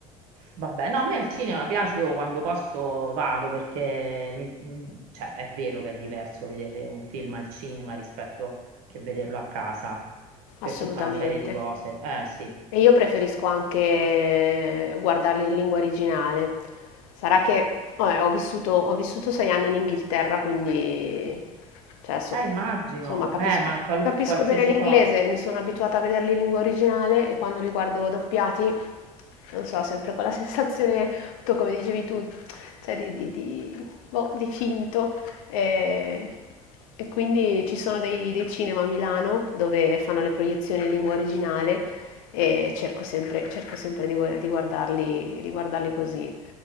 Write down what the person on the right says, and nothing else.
Vabbè, no, a me il cinema piace, io quando posso vado perché mi- mm, cioè, è vero che è diverso vedere un film al cinema rispetto che vederlo a casa per
tutta una serie di cose. Eh sì.
Eh, immagino,
beh, ma qualu-
qualsiasi
cosa.